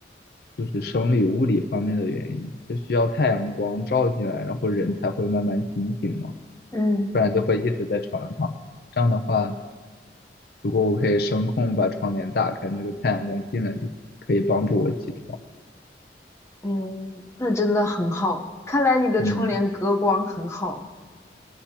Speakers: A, on the left (about 55°); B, on the left (about 15°).
A: 就是生理物理方面的原因，就需要太阳光照进来，然后人才会慢慢清醒嘛，
B: 嗯
A: 不然就嗯会一直在床上躺着。这样的话，如果我可以声控把窗帘打开，那个太阳光进来就可以帮助我起床。
B: 嗯，嗯那真的很好。看来你的窗帘隔光很好。
A: 嗯，